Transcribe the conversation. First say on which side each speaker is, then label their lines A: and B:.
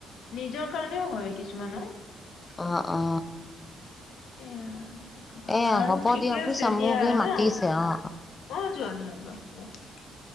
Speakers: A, on the left; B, on the left.
A: নিজৰ কাৰনেেও হয় কিছুমানো
B: অ অ
A: সেইয়াই আৰু কি কবা
B: এয়া
A: বাৰু
B: হ'ব
A: ঠিকে
B: দিয়া
A: আছে
B: বুজিছা
A: দিয়া
B: মোক এই
A: ন
B: মাতিছে অ
A: অ যোৱা যোৱা যোৱা।